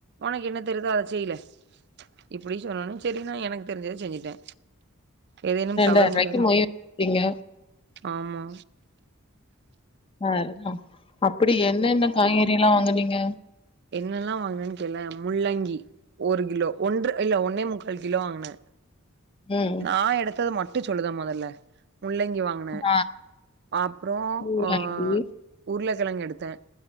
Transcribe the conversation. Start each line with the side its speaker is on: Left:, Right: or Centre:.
Right: ஒனக்கு என்ன தெரிதோ அதை செய்லே இப்டி சொன்னனோ சரி நா எனக்கு தெரிஞ்சத செஞ்சுட்டே ஏதேனும்
Left: ரூ.
Right: தவறு உள்ளதா
Left: மொய் வச்சிருக்கீங்க.
Right: ஆமா
Left: செர்தா அப்டி என்னென்ன காய்கறில்லா வாங்குனீங்க
Right: என்னல்லா வாங்னன்னு கேலே முள்ளங்கி ஒரு கிலோ ஒன்ற இல்ல ஒன்னே முக்கால் கிலோ வாங்கினே
Left: ம்.
Right: நா எடுத்தது மட்டு சொல்லுத மொதல்ல முள்ளங்கி வாங்கினே
Left: ஆ
Right: அப்றோ
Left: முள்ளங்கி,
Right: அ உருளக்கெழங்கு எடுத்த